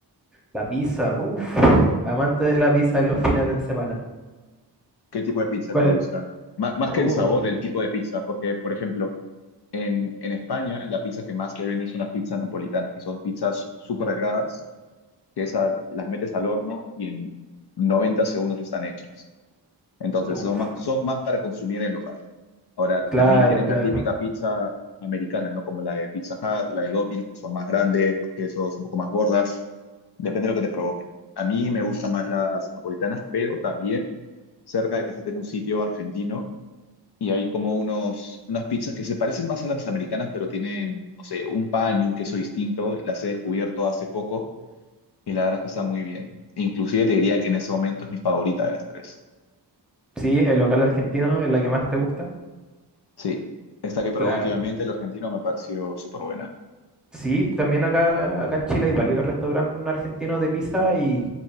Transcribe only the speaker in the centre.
La pizza, uff. Amante de la pizza en los fines de semana.
¿Cuál?
Uh,
uf,
Claro,
claro.
Sí, el local argentino es la que más te gusta.
Claro.
Sí, también acá, acá en Chile hay varios restaurantes argentinos de pizza y